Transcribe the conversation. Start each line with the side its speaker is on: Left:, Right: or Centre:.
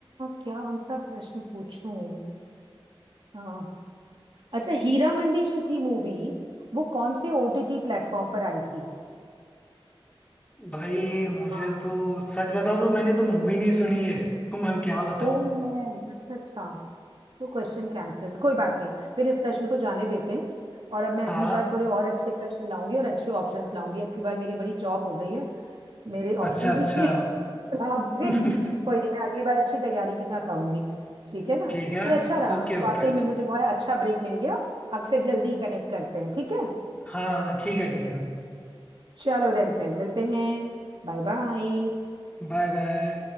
Right: क्या कौन सा प्रश्न पूछूं आ, अच्छा हीरा मंडी जो थी मूवी वो कौन से ओटीटी प्लेटफॉर्म पर आई थी
Left: भाई मुझे
Right: हाँ
Left: तो सच बताऊं तो मैंने तो मूवी नहीं सुनी है <laughs> तो मैं क्या बताऊं
Right: ओ मैं अच्छा अच्छा तो क्वेश्चन कैंसिल्ड कोई बात नहीं फिर इस प्रश्न को जाने देते हैं और अब मैं
Left: हाँ
Right: अगली बार थोड़े और अच्छे प्रश्न लाऊंगी और अच्छे ऑप्शंस लाऊंगी अब की बार मेरी बड़ी चॉप हो गई है मेरे
Left: अच्छा
Right: ऑप्शंस
Left: अच्छा
Right: ही इतने खराब थे
Left: <laughs>
Right: कोई नहीं मैं अगली बार अच्छी तैयारी के साथ आऊंगी ठीक है ना
Left: ठीक है
Right: पर अच्छा रहा
Left: Okay
Right: वाकई
Left: okay
Right: में मुझे बहुत अच्छा ब्रेक मिल गया अब फिर जल्दी कनेक्ट करते हैं ठीक है
Left: हाँ ठीक है ठीक है
Right: चलो देन फिर मिलते हैं Bye bye
Left: Bye bye